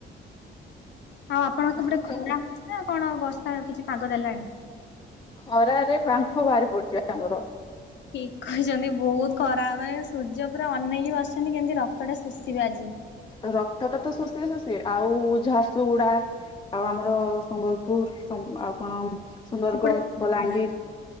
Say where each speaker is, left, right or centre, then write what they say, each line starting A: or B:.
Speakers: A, on the left (about 65°); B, on the left (about 20°).
A: ଆଉ ଆପଣଙ୍କ ସେପଟେ
B: ନାଇଁ,
A: ଖରା ହଉଛି ନା କଣ ବର୍ଷା କିଛି ପାଗ ଦେଲାଣି।
B: ଖରାରେ ବାମ୍ଫ ବାହାରି ପଢୁଛି ଆମର।
A: ଠିକ କହିଛନ୍ତି ବହୁତ ଖରା ମାନେ ସୂର୍ଯ୍ୟ ପୁରା ଅନେଇକି ବସିଛନ୍ତି, କେମିତି ରକ୍ତ ଟା ଶୋଷିବେ ଆଜି।
B: ରକ୍ତଟା ତ ଶୋଷେ ଶୋଷେ ଆଉ ଝାରସୁଗୁଡା ଆଉ ଆମର ସମ୍ବଲପୁର ଆଉ କଣ ସୁନ୍ଦରଗଡ
A: ସେପଟେ
B: ବଲାଙ୍ଗୀର
A: ହଁ